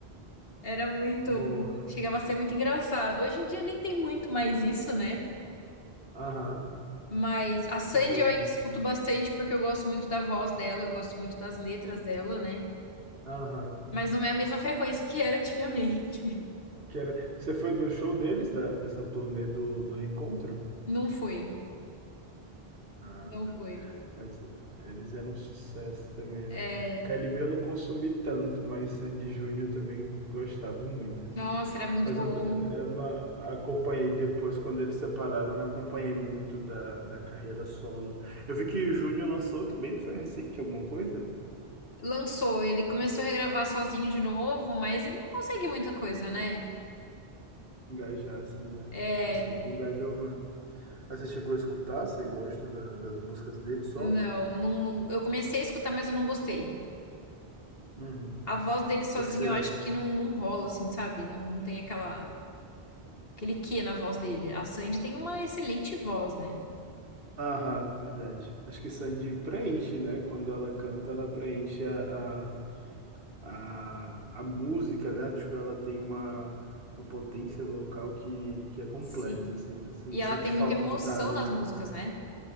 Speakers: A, on the left (about 65°); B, on the right (about 60°).
A: Era muito,
B: boa,
A: chegava a ser muito engraçado. Hoje em dia nem tem muito mais isso, né?
B: aham,
A: Mas a Sandy
B: boa,
A: eu ainda escuto bastante porque eu gosto muito da voz dela, eu gosto muito das letras dela, né?
B: aham.
A: Mas não é a mesma frequência que era antigamente.
B: Que era... Você foi do show deles, da, dessa turnê do, do Reencontro?
A: <laughs> Não foi,
B: Ah.
A: não foi.
B: Mas eles eram um sucesso também, né?
A: É,
B: KLB eu não consumi tanto, mas Sandy Júnior eu também gostava muito, assim.
A: Nossa, era muito
B: Mas
A: bom.
B: eu, t- eu não acompanhei depois, quando eles separaram, eu não acompanhei muito da, da carreira solo. Eu vi que o Júnior lançou também, foi recente alguma coisa?
A: Lançou, ele começou a regravar sozinho de novo, mas ele não consegue muita coisa, né?
B: Engajar, assim, né?
A: É,
B: É, Sandy engajou, mano. Ah, você chegou a escutar? Você gosta da- das músicas dele solo?
A: não, não, não- eu comecei a escutar, mas eu não gostei.
B: Uhum. O
A: A voz dele sozinho,
B: que que você
A: eu acho que não, não rola, assim, sabe? Não, não tem aquela aquele quê na voz dele. A Sandy tem uma excelente voz, né?
B: Aham, verdade. Acho que Sandy preenche, né? Quando ela canta, ela preenche a, a, a, a música, né? Tipo, ela tem uma, uma potência vocal que, que é completa,
A: Sim,
B: assim. Você não
A: E
B: sente
A: ela tem
B: falta
A: muita emoção
B: de nada,
A: nas
B: né?
A: músicas, né?